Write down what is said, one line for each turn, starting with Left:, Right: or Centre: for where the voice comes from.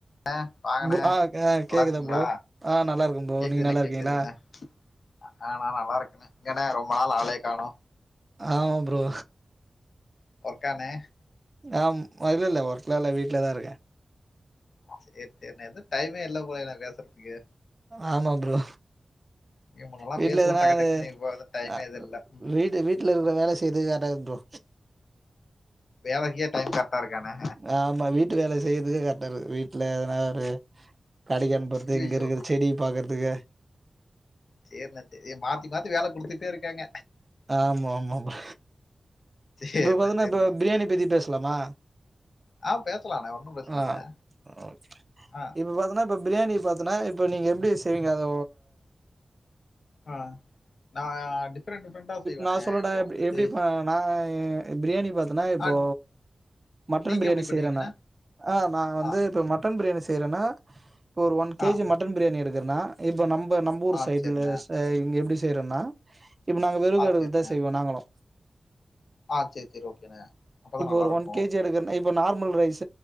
Left: ன்னே வாங்கனே
Right: bro ஆ ஆ
Left: நல்லா
Right: கேக்குதா
Left: இருக்கீங்களா
Right: ப்ரோ ஆ நல்லா இருக்கே ப்ரோ
Left: கேக்குதுானே
Right: நீங்க நல்லா இருக்கீங்களா
Left: கேக்குதுானே ஆ நா நல்லா இருக்கே ஏன்னா ரொம்ப நாள ஆளைய காணோ
Right: ஆமா ப்ரோ
Left: ஒர்க்காண்ணே
Right: அ இல்லல்ல ஒர்க்லா இல்ல வீட்லதா இருக்கே
Left: சேரி சேரி ண்ணா எது டைமே இல்ல போல நா பேசறதுக்கு
Right: ஆமா ப்ரோ
Left: நீங்க முன்னெல்லா
Right: வீட்ல
Left: பேசுவோ
Right: எதுனா
Left: டக்கு
Right: அது
Left: டக்குன்னு இப்ப வந்து டைமே
Right: அ
Left: இது இல்ல ம்
Right: வீடு வீடு இல்ல இந்த வேல செய்றது லேட் ஆது ப்ரோ
Left: வேலைக்கே டைம் கரக்டா இருக்காண்ணே
Right: ஆமா வீட்டு வேலை செய்யறதுக்கே கரெக்டா இருக்குது வீட்ல எனா ஒரு கடைக்கு அனுப்பறது
Left: ஐயையோ
Right: இங்க இருக்கிற செடிய பாக்கறதுக்கு
Left: சேரி ச மாத்தி மாத்தி வேலை குடுத்துட்டே இருக்காங்க
Right: ஆமா ஆமா ஆமா
Left: சேரிண்ணே
Right: இப்ப பாத்தீங்கன்னா
Left: சேரிண்ணே
Right: இப்ப பிரியாணி பத்தி பேச போலாமா
Left: ஆ பேசலாண்ணே ஒன்னு பிரச்சனல்லண்ணே
Right: ஆ ஓகே
Left: ஆ
Right: இப்ப பாத்தீன்னா இப்ப பிரியாணி பாத்தன்னா இப்ப நீங்க எப்படி செய்வீங்க அத
Left: ஆ நா டிஃப்ரெண்ட் டிஃப்ரெண்டா செய்வோனே
Right: நா சொல்லட்டா
Left: இப்போ
Right: எப்டி
Left: வந்துட்டு
Right: எப்டி நா பிரியாணி பாத்தன்னா இப்போ
Left: ஆ
Right: மட்டன்
Left: நீங்க
Right: பிரியாணி
Left: எப்டி பண்ணுவீங்கண்ணே
Right: செய்யறேனா ஆ நான் வந்து
Left: ஆ
Right: இப்போ மட் மட்டன் பிரியாணி செய்கிறேண்ணா இப்போ ஒரு ஒன் கேஜி
Left: ஆ
Right: மட்டன் பிரியாணி எடுக்குண்ணா இப்ப நம்ம்ப நம்ப ஊர்
Left: ஆ
Right: சைட்ல
Left: சேரிண்ணே
Right: இங்க எப்டி செய்யறேன்னா இப்போ நாங்க வெறுகேடுக
Left: ஆ சேரிண்ணே
Right: தாசெய்வோ நாங்களு
Left: ஆ சேரி சேரி ஓகேண்ண அப்போ தா நல்லாயிருக்கு
Right: ஒரு ஒன் கேஜி எடுக்கறன்னா இப்போ நார்மல் ரைஸ்